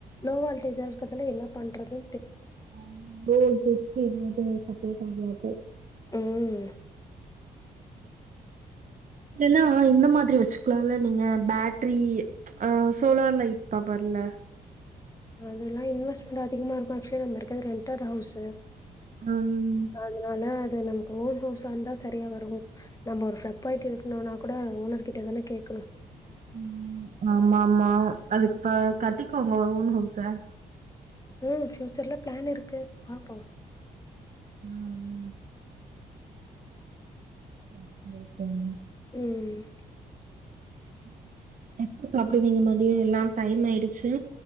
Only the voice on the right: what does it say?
<unintelligible> அப்போ <unintelligible>
இதெல்லாம் இந்த மாதிரி வச்சுக்கலாம்ல நீங்க பேட்டரி அஹ் சோலார் லைட் பவர்ல
ம்
ம் ஆமா ஆமா அதுக்குப்ப கட்டிக்ககோங்க ஒஊண்ணு ஆ ச
ஆ ம் ஆ ஓகேங்க
ம் எப்ப சாப்டுவீங்க மதியோ எல்லா டைம் ஆயிடுச்சு